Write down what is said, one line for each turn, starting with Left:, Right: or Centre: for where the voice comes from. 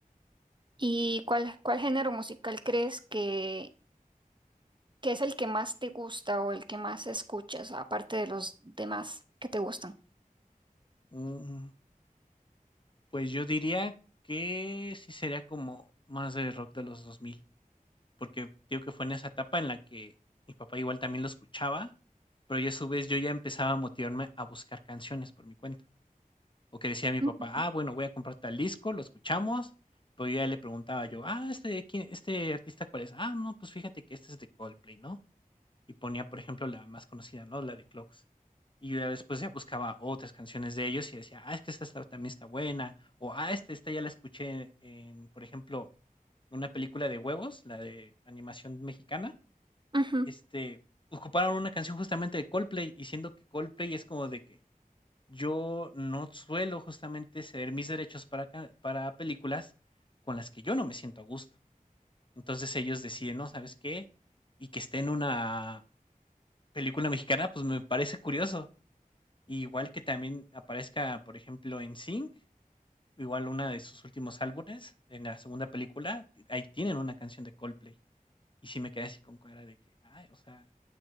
Right: ¿Y cuál, cuál género musical crees que, que es el que más te gusta o el que más escuchas, aparte de los demás que te gustan?
Left: Mm, pues yo diría que sí sería como más de rock de los 2000 porque digo que fue en esa etapa en la que mi papá igual también lo escuchaba, pero yo a su vez yo ya empezaba a motivarme a buscar canciones por mi cuenta, o que decía mi
Right: Ujú.
Left: papá: "Ah, bueno, voy a comprar tal disco, lo escuchamos", pero yo ya le preguntaba yo: "Ah, ¿este quién este artista cuál es?". "Ah, no, pues fíjate que este es de Coldplay", ¿no? y ponía, por ejemplo, la más conocida, ¿no? La de Clocks. Y yo ya después ya buscaba otras canciones de ellos y decía, ah, es que esta está- también está buena. O, ah, esta, esta ya la escuché en, por ejemplo, una película de huevos, la de animación mexicana.
Right: Ujú.
Left: Este, ocuparon una canción justamente de Coldplay y siendo que Coldplay es como de que yo no suelo justamente ceder mis derechos para, ca- para películas con las que yo no me siento a gusto. Entonces ellos deciden, no, ¿sabes qué? Y que esté en una película mexicana, pues me parece curioso. Y igual que también aparezca, por ejemplo, en Sync, igual una de sus últimos álbumes, en la segunda película, ti- ahí tienen una canción de Coldplay. Y sí me quedé así con cara de que, ay, o sea,